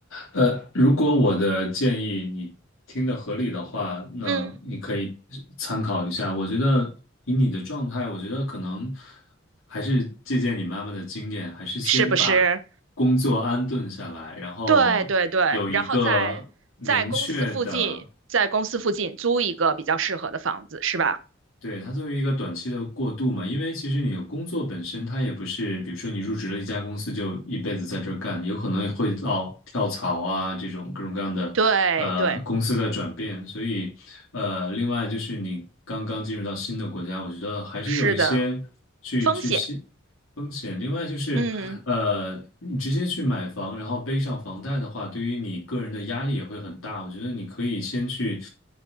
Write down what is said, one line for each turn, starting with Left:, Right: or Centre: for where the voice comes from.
Left: 呃，如果我的建议你听的合理的话，那你可以参考一下。
Right: 嗯，
Left: 我觉得以你的状态，我觉得可能还是借鉴你妈妈的经验，还是先把
Right: 是不是？
Left: 工作安顿下来，然后有一个明确的。
Right: 对对对，然后在在公司附近，在公司附近租一个比较适合的房子，是吧？
Left: 对，它作为一个短期的过渡嘛，因为其实你的工作本身它也不是，比如说你入职了一家公司就一辈子在这儿干，有可能会到跳槽啊这种各种各样的，
Right: 对对，
Left: 呃，公司的转变。所以，呃，另外就是你刚刚进入到新的国家，我觉得还是有一些去去新风险。
Right: 是的，风险，
Left: 另外就是，
Right: 嗯
Left: 呃，你直接去买房，然后背上房贷的话，对于你个人的压力也会很大。我觉得你可以先去